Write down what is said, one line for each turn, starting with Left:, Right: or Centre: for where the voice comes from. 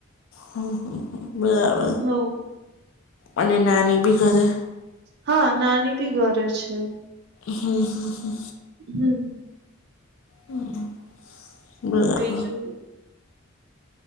Left: હમ હમ હમ બરાબર
Right: હો
Left: અને નાની બી ઘરે
Right: હ નાની ભી ઘરે છે.
Left: હમ હમ હમ
Right: હમ્મ
Left: હમ બરાબર
Right: બીજું